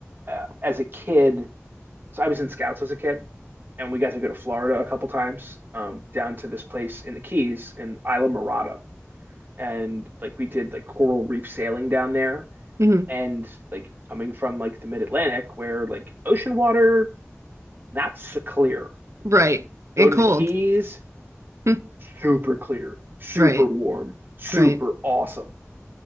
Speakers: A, on the right; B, on the right.
A: uh, as a kid so i was in scouts as a kid and we got to go to Florida a couple times um down to this place in the Keys in Isla Mirada and like we did like coral reef sailing down there
B: hmm
A: and like coming from like the mid Atlantic where like ocean water not so clear.
B: Right.
A: Go
B: And
A: to
B: cold.
A: the Keys,
B: <laughs>
A: super clear, super
B: Right.
A: warm, super
B: Right.
A: awesome.